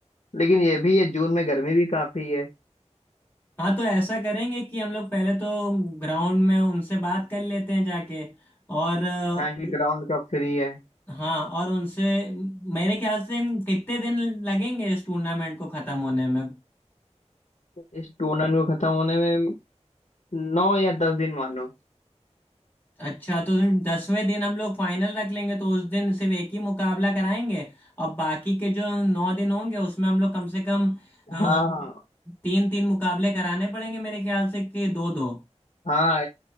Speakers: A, on the left; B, on the left.
A: लेकिन ये भी है जून में गर्मी भी काफी है
B: हाँ तो ऐसा करेंगे कि हम लोग पहले तो ग्राउंड में उनसे बात कर लेते हैं जाके और अ,
A: हाँ कि ग्राउंड का फ्री है
B: हाँ और उनसे मेरे ख्याल से कितने दिन लगेंगे इस टूर्नामेंट को खत्म होने में
A: इस टूर्नामेंट को खत्म होने में नौ या दस दिन मानो
B: अच्छा तो दसवें दिन हम लोग फाइनल रख लेंगे तो उस दिन सिर्फ एक ही मुकाबला कराएंगे और बाकी के जो नौ दिन होंगे उसमें हम लोग कम से कम तीन
A: हाँ
B: तीन मुकाबले कराने पड़ेंगे मेरे ख्याल से कि दो दो
A: हाँ